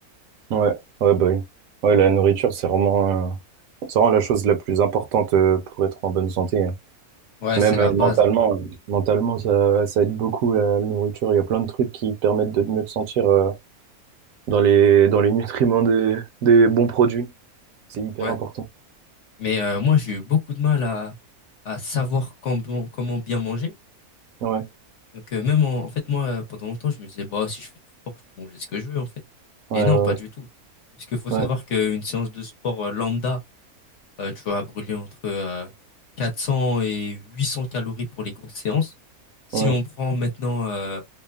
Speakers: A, on the right; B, on the left.
A: ouais, ouais, bah oui. Ouais, la nourriture, c'est vraiment, euh, c'est vraiment la chose la plus importante euh, pour être en bonne santé. hein.
B: Ouais,
A: Même
B: c'est la
A: euh,
B: base,
A: mentalement,
B: hein.
A: euh, mentalement, ça, ça aide beaucoup la nourriture. Il y a plein de trucs qui permettent de mieux te sentir euh, dans les, dans les nutriments des, des bons produits. C'est hyper
B: Ouais.
A: important.
B: Mais euh, moi, j'ai eu beaucoup de mal à, à savoir comment, comment bien manger.
A: Ouais,
B: Donc, euh, même en, en fait, moi, euh, pendant longtemps, je me disais, bah, si je fais du sport, je peux manger ce que je veux, en fait.
A: ouais,
B: Et non,
A: ouais,
B: pas du tout. Parce qu'il faut
A: ouais,
B: savoir qu'une séance de sport euh, lambda, Euh, tu vas brûler entre euh, 400 et 800 calories pour les grosses séances. Si
A: ouais.
B: on prend maintenant, euh,